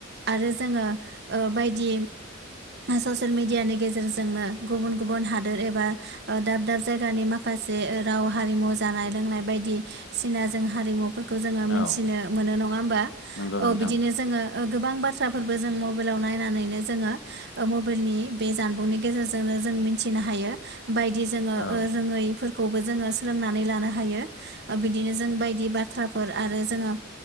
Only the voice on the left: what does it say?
औ
नंगौ
नोंथां
औ